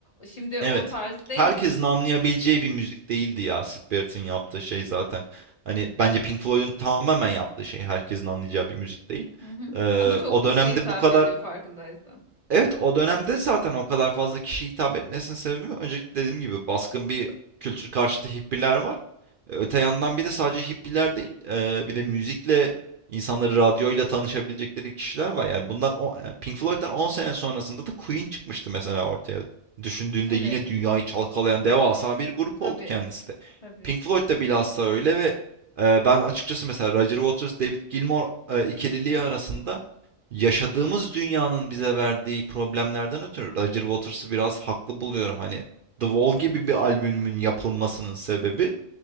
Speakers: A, on the left; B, on the right.
A: şimdi
B: Evet.
A: o tarz değil.
B: Herkesin anlayabileceği bir müzik değildi ya Syd Barrett'ın yaptığı şey zaten. Hani bence Pink Floyd'un tamamen yaptığı şey herkesin anlayacağı bir müzik değil.
A: Hı hı.
B: Ee,
A: Ama çok
B: o
A: kişiye
B: dönemde
A: hitap
B: bu kadar
A: ediyor farkındaysan.
B: Evet o dönemde zaten o kadar fazla kişiye hitap etmesinin sebebi öncelikle dediğim gibi baskın bir kültür karşıtı hippiler var. Öte yandan bir de sadece hippiler değil, eee, bir de müzikle, insanları radyoyla tanışabilecekleri kişiler var. Yani bundan o yani Pink Floyd'dan 10 sene sonrasında da Queen çıkmıştı mesela ortaya. Düşündüğünde
A: Evet.
B: yine dünyayı çalkalayan devasa bir grup
A: Tabii.
B: oldu kendisi de.
A: Tabii.
B: Pink Floyd da bilhassa öyle ve eee, ben açıkçası mesela Roger Waters, David Gilmour eee, ikililiği arasında yaşadığımız dünyanın bize verdiği problemlerden ötürü Roger Waters'ı biraz haklı buluyorum. Hani The Wall
A: Hı hı.
B: gibi bir albümün yapılmasının sebebi